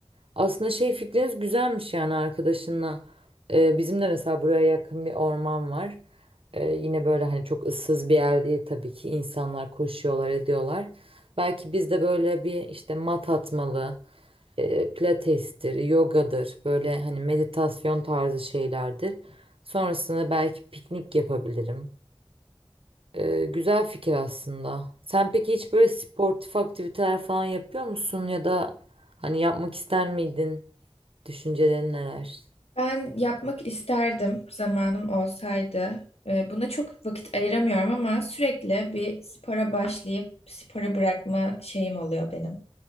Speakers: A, on the right; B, on the left.
A: aslında şey fikriniz güzelmiş yani arkadaşınla. Ee, bizim de mesela buraya yakın bir orman var. Ee, yine böyle hani çok ıssız bir yer değil tabii ki insanlar koşuyorlar ediyorlar. Belki biz de böyle bir işte mat atmalı, e, pilatestir, yogadır, böyle hani meditasyon tarzı şeylerdir. Sonrasında belki piknik yapabilirim. Ee, güzel fikir aslında. Sen peki hiç böyle sportif aktiviteler falan yapıyor musun ya da hani yapmak ister miydin? Düşüncelerin neler?
B: Ben yapmak isterdim zamanım olsaydı. Ee, Buna çok vakit ayıramıyorum ama sürekli bir spora başlayıp sporu bırakma şeyim oluyor benim.